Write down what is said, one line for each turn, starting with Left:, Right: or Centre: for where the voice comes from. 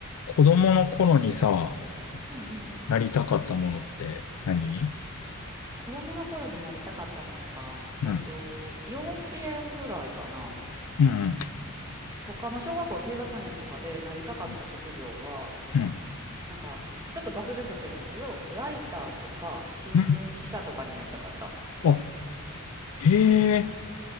Left: 子供の頃にさ、
Right: うんうん。
Left: なりたかったものって何
Right: 子供の頃になりたかったものか。
Left: うん。
Right: えっと、幼稚園ぐらいかな。
Left: うん。
Right: とか、まあ、小学校低学年とかでなりたかった職業は、
Left: うんうん。
Right: なんか、ちょっと漠然としてるんやけど、ライターとか新聞記者とかになりたかった。
Left: うんあ、へえ。